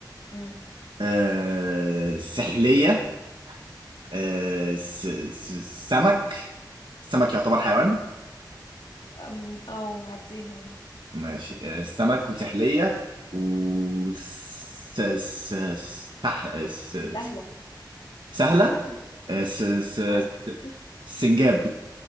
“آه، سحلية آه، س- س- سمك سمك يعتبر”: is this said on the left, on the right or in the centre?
Right